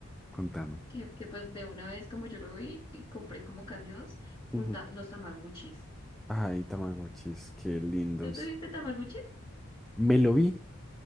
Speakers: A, in the centre; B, on the left.
A: Contame.
B: que, que pues de una vez como yo lo vi, y compré como casi dos,
A: Ujú.
B: un ta- los tamaguchis.
A: Ay, Tamagotchis, qué lindos.
B: ¿Tú tuviste tamaguchis?
A: ¿Me lo vi?